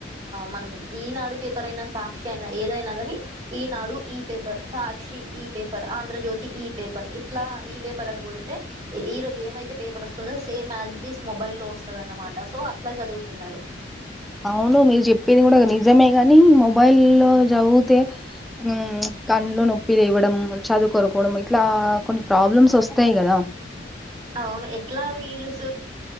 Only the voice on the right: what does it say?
మనం ఈనాడు పేపర్ అయినా సాక్షి అయినా ఏదైనా కాని ఈనాడు ఈ పేపర్ సాక్షి ఈ పేపర్ ఆంధ్రజ్యోతి ఈ పేపర్ ఇట్లా ఈ పేపర్ అని కొడితే ఈరోజు ఎమైతే పేపర్ వస్తుందో same as it is mobile లో వస్తుంద అన్నమాట సో అట్లా చదువుతున్నారు
అ అవును ఎట్లా రీల్స్